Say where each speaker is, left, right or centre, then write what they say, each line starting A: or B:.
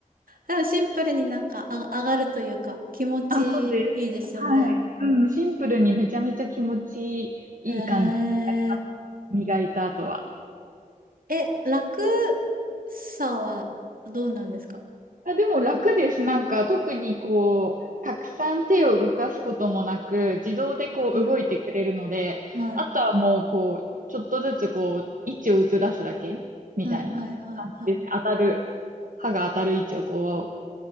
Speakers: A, on the right (about 90°); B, on the right (about 70°).
A: でもシンプルになんかあ上がるというか気持ちいいですよね。
B: あ、そうです。はい。うん、シンプルにめちゃめちゃ気持ちいい感じになります。
A: へえ。
B: 磨いた後は。
A: え、楽さはどうなんですか
B: あ、でも楽です。なんか特にこう、たくさん手を動かすこともなく、自動でこう動いてくれるので、
A: はい。はい。
B: あとはもうこう、ちょっとずつこう、位置をずらすだけみたいな感じです。
A: はいはいはいはい。
B: 当たる、歯が当たる位置をこ